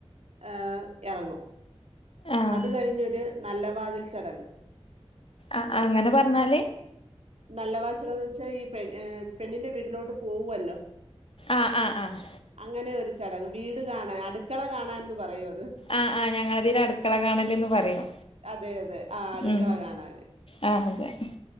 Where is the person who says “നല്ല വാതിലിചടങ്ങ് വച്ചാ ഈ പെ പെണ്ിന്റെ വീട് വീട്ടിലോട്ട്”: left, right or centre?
Right